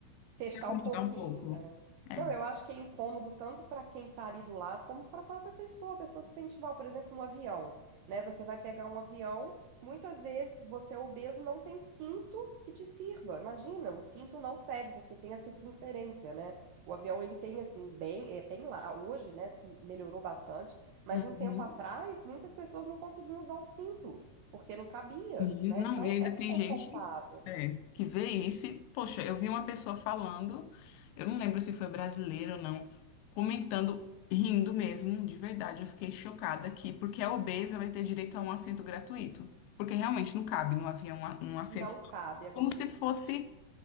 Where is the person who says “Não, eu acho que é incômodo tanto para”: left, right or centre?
Right